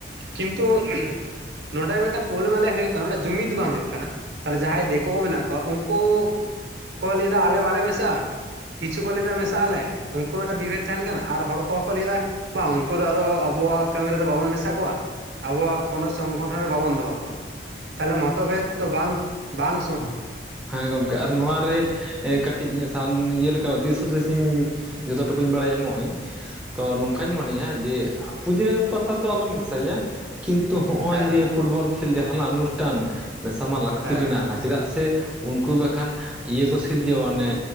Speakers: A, on the right; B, in the centre.
A: ᱠᱤᱱᱛᱩ ᱩᱸᱦᱩᱼᱼ <unintelligible> ᱱᱚᱸᱰᱮ ᱢᱤᱫᱴᱟᱝ ᱯᱳᱞ ᱢᱟᱞᱮ ᱦᱩᱭᱩᱜ ᱠᱟᱱᱟ ᱱᱚᱱᱰᱮ ᱡᱩᱢᱤᱫᱽ ᱫᱚ ᱵᱟᱝ ᱦᱩᱭᱩᱜ ᱠᱟᱱᱟ ᱛᱟᱦᱚᱞᱮ ᱡᱟᱦᱟᱸᱭ ‌ᱫᱮᱠ ᱠᱚ ᱦᱚᱸ ᱢᱮᱱᱟᱜ ᱠᱚᱣᱟ ᱩᱱᱠᱩ ᱠᱚ ᱞᱟᱹᱭ ᱫᱟ ᱟᱞᱮ ᱵᱟᱞᱮ ᱢᱮᱥᱟᱜ-ᱟ᱾ ᱠᱤᱪᱷᱩ ᱠᱚ ᱞᱟᱹᱭ ᱫᱟ ᱢᱮᱥᱟᱜ ᱟᱞᱮ ᱩᱱᱠᱩ ᱢᱤᱫᱴᱮᱱ ᱵᱤᱵᱷᱮᱫ ᱛᱟᱦᱮᱱ ᱠᱟᱱᱟ ᱟᱨ ᱦᱚᱲ ᱠᱚᱦᱚᱸ ᱠᱚ ᱞᱟᱹᱭ ᱫᱟᱼᱼ ᱵᱟᱝ ᱩᱱᱠᱩ ᱫᱚ ᱟᱫᱚ ᱟᱵᱚᱣᱟᱜ ᱠᱟᱹᱢᱤ ᱨᱮᱫᱚ ᱵᱟᱵᱚᱱ ᱢᱮᱥᱟ ᱠᱚᱣᱟ᱾ ᱟᱵᱚᱣᱟᱜ ᱠᱚᱱᱚ ᱥᱚᱝᱜᱷᱚᱴᱷᱚᱱ ᱨᱮ ᱵᱟᱵᱚᱱ ᱫᱚᱦᱚ ᱠᱚᱣᱟ ᱛᱟᱦᱞᱮ ᱢᱚᱛᱚ ᱵᱷᱮᱫ ᱛᱚ ᱵᱟᱝ ᱵᱟᱝᱼᱼ
B: ᱦᱚ, ᱦᱮᱸ ᱜᱚᱝᱠᱮ ᱟᱨ ᱱᱚᱶᱟ ᱨᱮ ᱠᱟᱴᱤᱡ ᱥᱟᱱ ᱤᱭᱟᱹ ᱞᱮᱠᱟ ᱫᱤᱥ ᱦᱩᱫᱤᱥᱤᱧᱼᱼ ᱡᱚᱛᱚ ᱴᱩᱠᱩᱧ ᱵᱟᱲᱟᱭ ᱧᱟᱢᱚᱜ ᱟᱹᱧ ᱛᱚ ᱱᱚᱝᱼᱼ ᱠᱟᱧ ᱢᱚᱱᱮᱭᱟ ᱡᱮ ᱯᱩᱡᱟᱹ ᱯᱟᱥᱟ ᱫᱚ ᱟᱞᱚᱢ ᱢᱮᱥᱟᱭᱟ ᱠᱤᱱᱛᱩ ᱱᱚᱜ-ᱚᱭ
A: ᱦᱮᱸ
B: ᱡᱮ ᱯᱷᱩᱴᱵᱚᱞᱼᱼ ᱠᱷᱮᱞ ᱡᱟᱦᱟᱸ ᱱᱟᱜ ᱟᱹᱱᱩᱥᱴᱷᱟᱱ ᱢᱮᱥᱟ ᱢᱟ ᱞᱟᱠᱛᱤ
A: ᱦᱮᱸ
B: ᱢᱮᱱᱟᱜ-ᱟ, ᱦᱟᱸ᱾ ᱪᱮᱫᱟᱜ ᱥᱮ ᱩᱱᱠᱩ ᱵᱟᱠᱷᱟᱱ ᱤᱭᱟᱹ ᱠᱚ ᱥᱤᱨᱡᱟᱹᱣᱟ ᱚᱱᱮ